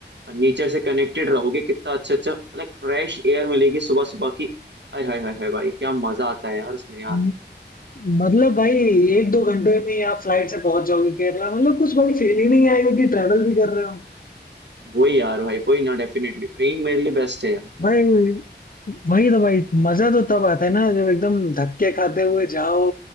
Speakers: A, on the right; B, on the left.
A: और नेचर से कनेक्टेड रहोगे कितना अच्छा अच्छा लाइक फ्रेश एयर मिलेगी सुबह सुबह की हाय हाय हाय हाय भाई क्या मजा आता है यार उसमें यार
B: म- मतलब भाई एक दो घंटे में ही आप फ्लाइट से पहुंच जाओगे केरला मतलब कुछ भाई फील ही नहीं आएगा कि ट्रेवल भी कर रहे हो
A: वही यार भाई वही ना डेफिनेटली ट्रेन मेरे लिए बेस्ट है यार
B: भाई वही तो भाई मजा तो तब आता है ना जब एकदम धक्के खाते हुए जाओ